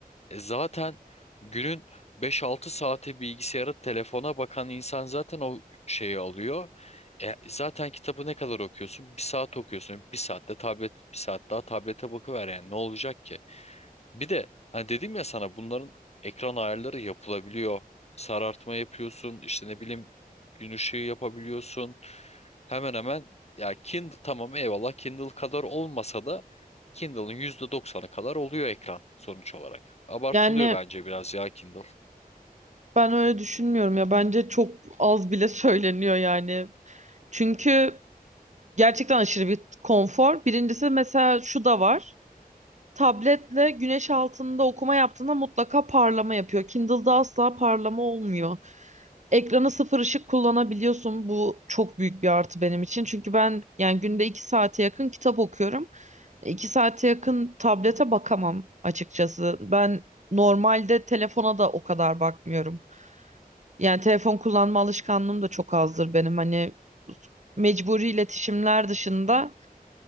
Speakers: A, on the left (about 45°); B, on the right (about 50°).
A: E, zaten günün 5-6 saati bilgisayara, telefona bakan insan zaten o şeyi alıyor. E, zaten kitabı ne kadar okuyorsun? Bir saat okuyorsun. Bir saatte tablet, bir saat daha tablete bakıver yani. Ne olacak ki? Bir de hani dedim ya sana bunların ekran ayarları yapılabiliyor. Sarartma yapıyorsun, işte ne bileyim gün ışığı yapabiliyorsun. Hemen hemen ya Kindle tamam eyvallah Kindle kadar olmasa da Kindle'ın yüzde doksanı kadar oluyor ekran sonuç olarak. Abartılıyor
B: Yani
A: bence biraz ya Kindle. <laughs>
B: ben öyle düşünmüyorum ya. Bence çok az bile <laughs> söyleniyor yani. Çünkü gerçekten aşırı bir konfor. Birincisi mesela şu da var. Tabletle güneş altında okuma yaptığında mutlaka parlama yapıyor. Kindle'da asla parlama olmuyor. Ekrana sıfır ışık kullanabiliyorsun. Bu çok büyük bir artı benim için. Çünkü ben yani günde iki saate yakın kitap okuyorum. İki saate yakın tablete bakamam açıkçası. Ben normalde telefona da o kadar bakmıyorum. Yani telefon kullanma alışkanlığım da çok azdır benim. Hani mecburi iletişimler dışında